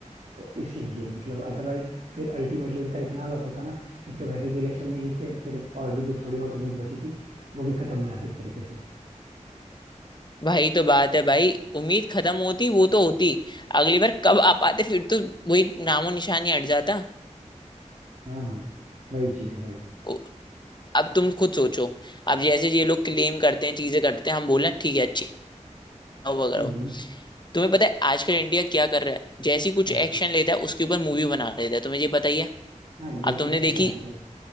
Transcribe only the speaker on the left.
भाई तो बात है भाई उम्मीद खत्म होती वो तो होती अगली बार कब आ पाते फिर तो वही नामो निशानी हट जाता
उ- अब तुम खुद सोचो अब जैसे ये लोग क्लेम करते हैं चीजें करते हैं हम बोले ठीक है अच्छी हो वगैरह
हो।
तुम्हें पता है आजकल इंडिया क्या कर रहा है जैसी कुछ
एक्शन लेता है उसके ऊपर मूवी बना देता है तुम्हें ये पता ही है
अब
तुमने
देखी